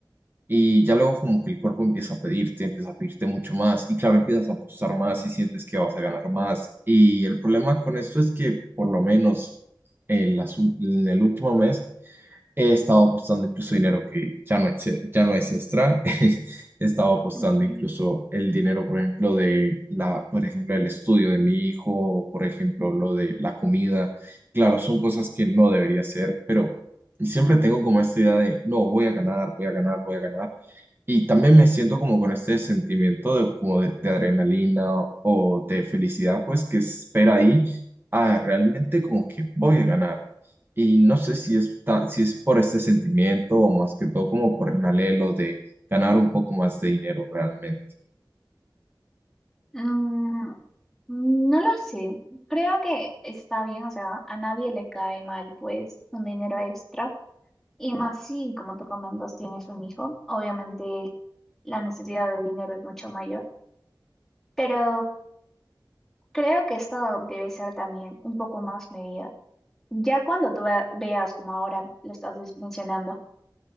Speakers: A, on the right; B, in the centre.
A: Y ya luego como que el cuerpo empieza a pedirte, empieza a pedirte mucho más y claro, empiezas a apostar más y sientes que vas a ganar más. Y el problema con esto es que por lo menos en, las ul- en el último mes he estado apostando incluso dinero que ya no es, e- ya no es extra. <laughs> He estado apostando
B: Ok.
A: incluso el dinero, por ejemplo, de la, por ejemplo, el estudio de mi hijo, por ejemplo, lo de la comida. Claro, son cosas que no debería hacer, pero siempre tengo como esta idea de, no, voy a ganar, voy a ganar, voy a ganar. Y también me siento como con este sentimiento de, como de, de adrenalina o de felicidad, pues que espera ahí a realmente como que voy a ganar. Y no sé si es, ta- si es por este sentimiento o más que todo como por el anhelo de ganar un poco más de dinero realmente.
B: Mm, no lo sé. Creo que está bien, o sea, a nadie le cae mal, pues, un dinero extra. Y más si, como tú comentas, tienes un hijo. Obviamente, la necesidad de dinero es mucho mayor. Pero creo que esto debe ser también un poco más medida. Ya cuando tú ve- veas, como ahora lo estás mencionando,